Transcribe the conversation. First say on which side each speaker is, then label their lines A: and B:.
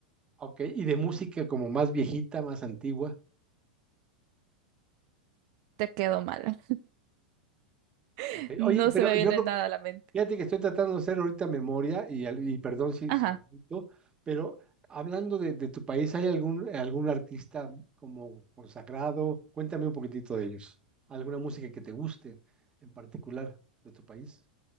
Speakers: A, on the right (about 20°); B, on the right (about 55°).
A: ok, y de música como más viejita, más antigua.
B: Te quedo mal. <laughs>
A: Ok.
B: No
A: Oye,
B: se
A: pero
B: me viene
A: yo lo,
B: nada a la mente.
A: fíjate que estoy tratando de hacer ahorita memoria y, al- y perdón si,
B: Ajá.
A: si omito, pero hablando de, de tu país, ¿hay algún, algún artista como consagrado? Cuéntame un poquitito de ellos. ¿Alguna música que te guste en particular de tu país?